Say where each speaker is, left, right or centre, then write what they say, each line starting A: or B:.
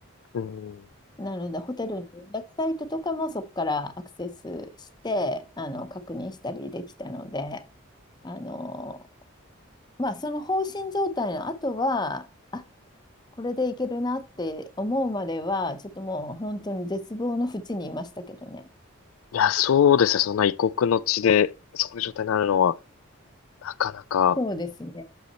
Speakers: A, on the left; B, on the left.
A: うん。
B: なので、ホテルの予約サイトとかもそこからアクセスして、あの、確認したりできたので、あの、まあ、その放心状態の後は、あこれでいけるなって思うまでは、ちょっともう本当に絶望の淵にいましたけどね。
A: いや、そうですね。そんな異国の地で、そういう状態になるのは、なかなか、
B: そうですね。